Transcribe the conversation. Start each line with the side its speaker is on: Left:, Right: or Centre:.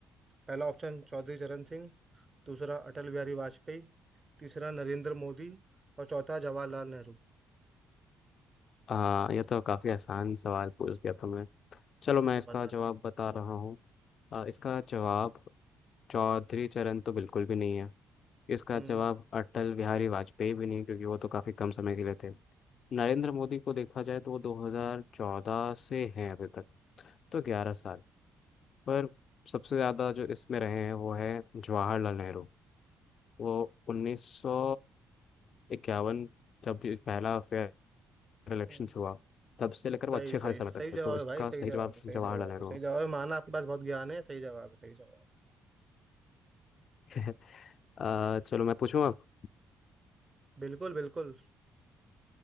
Right: पहला ऑप्शन चौधरी चरण सिंह दूसरा अटल बिहारी वाजपेयी तीसरा नरेंद्र मोदी और चौथा जवाहरलाल नेहरू
Left: हाँ ये तो काफ़ी आसान सवाल पूछ दिया तुमने चलो मैं
Right: तो
Left: इसका
Right: बताना
Left: जवाब बता रहा हूँ आ, इसका जवाब चौधरी चरण तो बिल्कुल भी नहीं है इसका
Right: हम्म
Left: जवाब अटल बिहारी वाजपेयी भी नहीं क्योंकि वो तो काफ़ी कम समय के लिए थे नरेंद्र मोदी को देखा जाए तो वो 2014 से हैं अभी तक तो 11 साल पर सबसे ज़्यादा जो इसमें रहे हैं वो है जवाहरलाल नेहरू वो उन्नीस सौ इक्यावन जब ये पहला फेयर इलेक्शन
Right: हम्म,
Left: हुआ तब से लेकर वो
Right: सही
Left: अच्छे खासे
Right: सही सही
Left: समय तक थे
Right: जवाब
Left: तो इसका
Right: है भाई सही
Left: सही
Right: जवाब
Left: जवाब
Right: है सही
Left: जवाहरलाल
Right: जवाब
Left: नेहरू
Right: है सही जवाब है माना आपके पास बहुत ज्ञान है सही जवाब है सही जवाब है।
Left: <laughs> अ, चलो मैं पूछूं अब
Right: बिल्कुल बिल्कुल